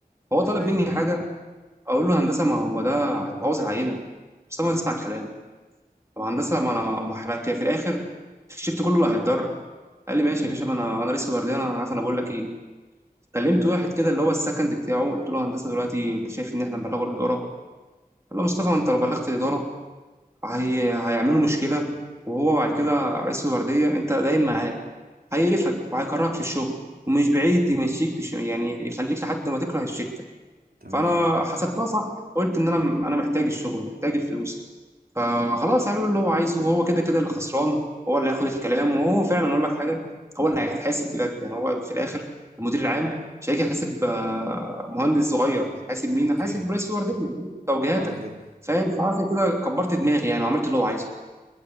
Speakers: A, on the right (about 15°); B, on the right (about 70°).
A: هو
B: تمام
A: طلب مني حاجه اقول له هندسه ما هو ده هيبوظ العينه بس ما تسمع الكلام طب هندسه ما انا ما احنا في الاخر الشفت كله اللي هيتضرر قال لي ماشي يا باشا ما انا انا لسه بردان انا عارف انا بقول لك ايه كلمت واحد كده اللي هو السكند بتاعه قلت له هندسه دلوقتي انت شايف ان احنا نبلغه الاداره قال له مصطفى
B: مم.
A: انت لو بلغت الاداره هي هيعملوا مشكلة وهو بعد كده رئيس الوردية أنت دايم معاه هيقرفك وهيكرهك في الشغل ومش بعيد يمشيك مش يعني يخليك لحد ما تكره الشركة
B: تمام
A: فانا حسبتها صح قلت ان انا انا محتاج الشغل محتاج الفلوس فخلاص اعمله اللي هو عايزه وهو كده كده اللي خسران هو اللي هياخد الكلام وهو فعلا اقول لك حاجه هو اللي هيتحاسب بجد يعني هو في الاخر المدير العام مش هيجي يحاسب آه، مهندس صغير هيحاسب مين
B: اوكي
A: هيحاسب رئيس الورديه يعني توجيهاتك
B: صح كده
A: فاهم فعشان كده كبرت دماغي يعني وعملت اللي هو عايزه